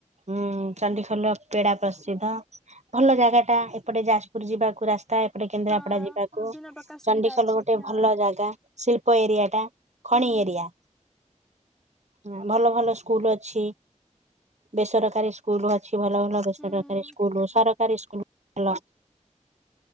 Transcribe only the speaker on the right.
ହୁଁ ଚଣ୍ଡିଖୋଲ ର ପେଡ଼ା ପ୍ରସିଦ୍ଧ ଭଲ ଜାଗାଟା ଏପଟେ ଯାଜପୁର ଯିବାକୁ ରାସ୍ ତା ଏପଟେ କେନ୍ଦରାପଡ଼ା
ଯିବାକୁ।
ଚଣ୍ଡିଖୋଲ
ଗୋଟେ
ଭଲ
ଜାଗା ଶିଳ୍ପ ଏରିଆ ଟା ଖଣି
ଏରିଆ। ହୁଁ ଭଲ ଭଲ ସ୍କୁଲ ଅଛି। ବେସରକାରୀ ସ୍କୁଲୁ ଅଛି ଭଲ ଭଲ ବେସରକାରୀ
ସ୍କୁଲୁ ସରକାରୀ ସ୍କୁଲୁ ଭଲ।